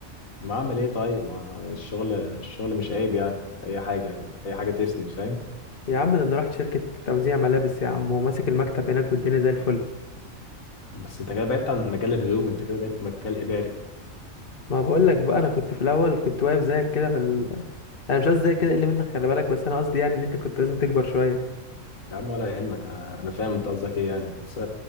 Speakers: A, on the left; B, on the left.
A: ما اعمل ايه طيب ما الشغل الشغل مش عيب يعني اي حاجه اي حاجه تسند فاهم
B: يا عم ده انا رحت شركه توزيع ملابس يا عم وماسك المكتب هناك والدنيا زي الفل
A: بس انت كده بعدت عن مجال الهدوم انت كده بقيت مجال اداري
B: ما بقول لك بقى انا كنت في الاول كنت واقف زيك كده في ال... آه، انا مش قصدي زيك كده اللي منك خلي بالك بس انا قصدي يعني ان انت كنت لازم تكبر شويه
A: يا عم ولا يهمك انا أنا فاهم انت قصدك ايه يعني بس